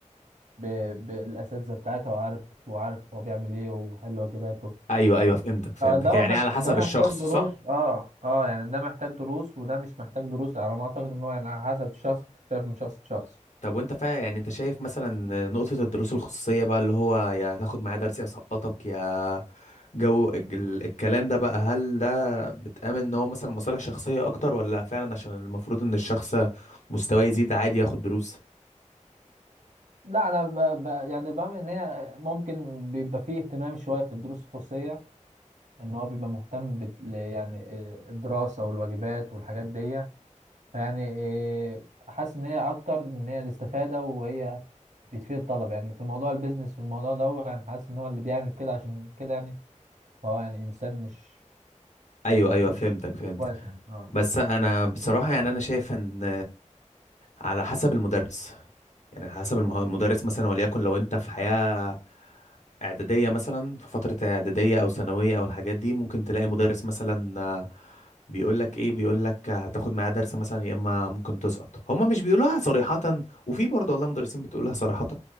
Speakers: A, on the right; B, on the left.
A: ب... بالاساتذه بتاعتها وعارف وعارف هو بيعمل ايه وحل واجباته
B: ايوه ايوه فهمتك فهمتك
A: آه، ده
B: يعني
A: مح...
B: على حسب
A: ده محتاج
B: الشخص
A: دروس
B: صح
A: اه اه يعني ده محتاج دروس وده مش محتاج دروس على ما اعتقد ان هو يعني على حسب الشخص بتختلف من شخص لشخص
B: طب وانت فا يعني انت شايف مثلا نقطة الدروس الخصوصية بقى اللي هو يا تاخد معايا درس يا سقطك يا جو الج- ال- الكلام ده بقى هل ده بتآمن ان هو مثلا مصالح شخصية اكتر ولا فعلا عشان المفروض ان الشخص مستواه يزيد عادي ياخد دروس
A: لا انا ب... ب... يعني بعمل ان هي ممكن بيبقى فيه اهتمام شويه في الدروس الخصوصيه ان هو بيبقى مهتم بت... ل- يعني آه، الدراسه والواجبات والحاجات دي فيعني آه، حاسس ان هي اكتر ان هي الاستفاده وهي بتفيد الطلبه يعني في موضوع البيزنس والموضوع ده هو يعني حاسس ان هو اللي بيعمل كده عشان كده يعني هو يعني انسان مش
B: ايوه
A: يعني
B: ايوه
A: مش
B: فهمتك فهمتك
A: كويس يعني اه
B: بس انا بصراحة يعني انا شايف ان على حسب المدرس يعني على حسب المه- المدرس مثلا وليكن لو انت في حياة اعدادية مثلا في فترة اعدادية او ثانوية او الحاجات دي ممكن تلاقي مدرس مثلا آه، بيقول لك ايه بيقول لك هتاخد معاه درس مثلا يا اما ممكن تسقط هما مش بيقولوها صريحة وفي برضه والله مدرسين بتقولها صريحة